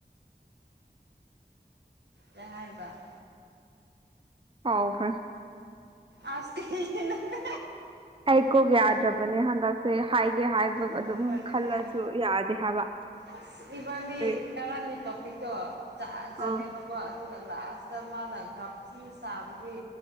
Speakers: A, on the right; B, on the right.
A: ꯍꯔꯔꯕ <inaudible>
B: ꯍꯥꯎ ꯐꯔꯦ <inaudible>
A: ꯑꯁ ꯀꯩꯒꯤꯅꫭꯅꯦ
B: ꯑꯩ ꯀꫭꯛ ꯌꯥꯗꯔꯕꯅꯦ ꯍꯥꯟꯗꯛ ꯍꯥꯏꯒꯦ ꯍꯥꯏꯕ
A: ꯃꯑꯣꯡ
B: ꯑꯗꯨꯝ
A: ꯃꯔꯤꯜ
B: ꯈꯜꯂꯁꯨ ꯌꯥꯗꯦ ꯍꯥꯏꯕ
A: ꯑꯁ ꯑꫯꯕꯅꯤ
B: ꯀꯔꯤ
A: ꯅꯔꯥꯡꯒꯤ ꯇꯣꯄꯤꯛꯇꯣ ꯖꯥꯠ ꯖꯥꯠ
B: ꯑꯥ
A: ꯅꯦꯕꯀꫭ ꯑꯗꯨꯒ ꯂꯥꯁ ꯇ ꯃꯅꯥ ꯒꯥꯞꯊꯤ ꯁꯥꯕꯁꯤ